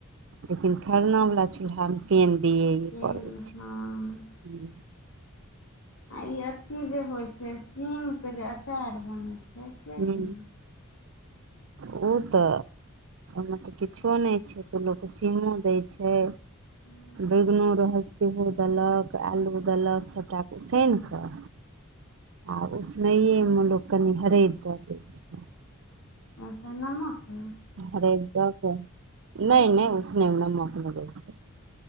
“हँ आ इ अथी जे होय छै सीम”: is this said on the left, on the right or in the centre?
Left